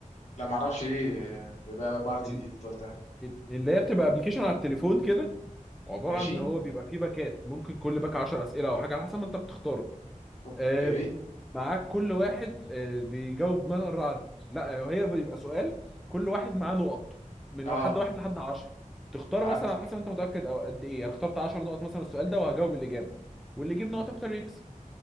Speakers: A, on the left; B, in the centre.
A: لا ما اعرفش ايه آه، بقى بارتي
B: ال-
A: دي اللي انت قلتها
B: ال- اللي هي بتبقى ابلكيشن على التليفون كده عباره
A: ماشي
B: عن ان هو بيبقى فيه باكات ممكن كل باك 10 اسئله او حاجه على حسب ما انت بتختار
A: اوكي
B: آه، معاك كل واحد آه، بيجاوب مثلا الرعد لا هي بيبقى سؤال كل واحد معاه نقط من
A: اه
B: واحد واحد لحد 10 تختار
A: فهمتك
B: مثلا على حسب انت متاكد او قد ايه انا اخترت 10 نقط مثلا السؤال ده وهجاوب الاجابه واللي يجيب نقط اكتر يكسب